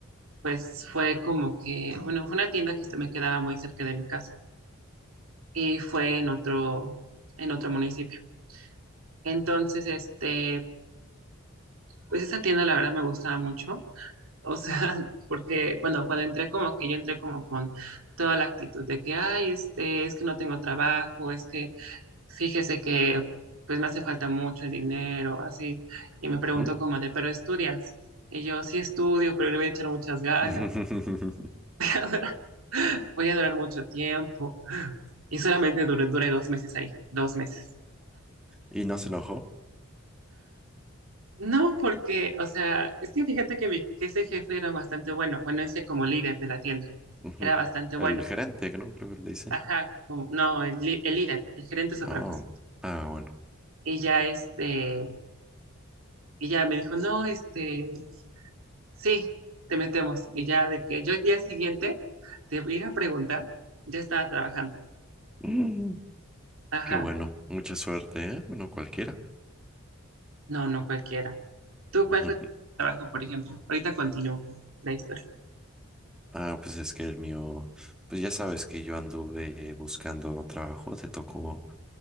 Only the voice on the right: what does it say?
pues fue como que, bueno, fue una tienda que este me quedaba muy cerca de mi casa y fue en otro, en otro municipio. Entonces, este, pues esa tienda la verdad me gustaba mucho, o sea, <laughs> porque, bueno, cuando entré como que yo entré como con toda la actitud de que, ay, este, es que no tengo trabajo, es que fíjese que pues me hace falta mucho el dinero, así. Y me preguntó
como de, ¿pero estudias? Y yo, sí estudio, pero le voy a echar muchas ganas,
<laughs> voy a durar mucho tiempo. Y solamente duré, duré dos meses ahí, dos meses.
No, porque, o sea, es que fíjate que, mi- que ese jefe era bastante bueno, bueno, ese como líder de la tienda,
era bastante bueno.
Ajá, como- no, el, li- el líder, el gerente es
otra cosa.
Y ya este, y ya me dijo, no, este, Sí, te metemos. Y ya de que yo el día siguiente te ir a preguntar, ya estaba trabajando.
Ajá,
no, no cualquiera. ¿Tú cuál
fue tu trabajo, por ejemplo? Ahorita continúo con la historia.